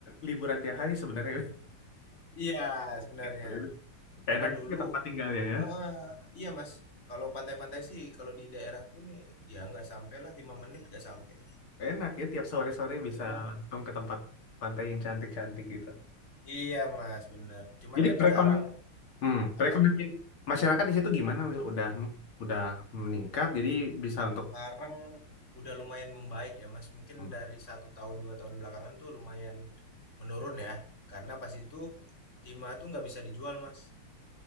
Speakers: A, on the left; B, on the left.
A: liburan tiap hari sebenarnya.
B: Iya sebenarnya
A: <laughs>
B: karena
A: Enak
B: dulu
A: juga tempat tinggalnya ya.
B: eh, iya Mas kalau pantai-pantai sih kalau di daerahku nih ya nggak sampai lah lima menit nggak sampai.
A: Enak ya, tiap sore-sore bisa
B: Cepet banget.
A: langsung ke tempat pantai yang cantik-cantik gitu.
B: Iya Mas bener. Cuman
A: Jadi
B: kan
A: perekonomian,
B: sekarang
A: hmm, perekonomian
B: apa
A: masyarakat di situ gimana, Will? Udah udah meningkat, jadi bisa untuk
B: Sekarang udah lumayan membaik ya Mas, mungkin
A: hmm.
B: dari satu tahun 2 tahun belakangan tuh lumayan menurun ya, karena pas itu timah tuh nggak bisa dijual Mas,